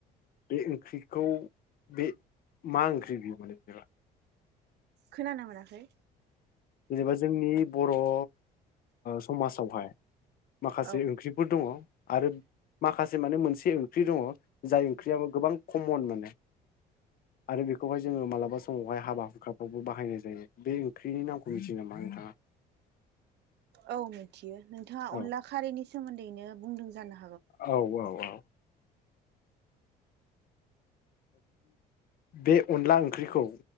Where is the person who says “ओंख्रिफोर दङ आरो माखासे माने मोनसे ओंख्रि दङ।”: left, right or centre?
Left